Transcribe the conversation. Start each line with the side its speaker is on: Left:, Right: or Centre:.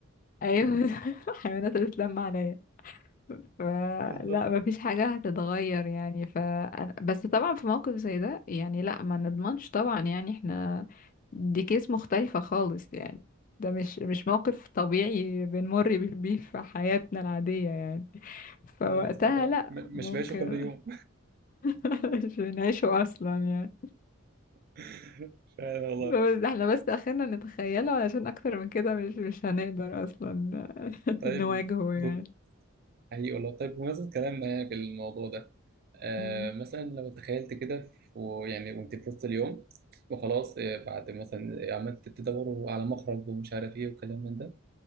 Left: ايوه <laughs> الحيوانات هتتلم عليا ف-
Right: بالظبط
Left: لا مفيش حاجة هتتغير يعني ف بس طبعا في موقف زي ده يعني لا ما نضمنش طبعا يعني احنا دي كيس مختلفة خالص يعني ده مش مش موقف طبيعي بنمر بيه بيه في حياتنا العادية يعني فوقتها
Right: خالص لا ده
Left: لا
Right: م-
Left: ممكن
Right: مش بعيشه كل يوم
Left: <laughs> مش بنعيشه أصلا يعني
Right: <laughs> فعلا والله
Left: بس احنا بس اخرنا نتخيله علشان اكتر من كده مش مش هنقدر اصلا <laughs>
Right: طيب
Left: نواجهه يعني
Right: ب- حقيقي والله طيب بمناسبة كلامنا يعني في الموضوع ده آه
Left: م-
Right: مثلا لو تخيلت كده ويعني وانت في وسط اليوم وخلاص آه، بعد مثلا عملت تدور على مخرج ومش عارف ايه وكلام من ده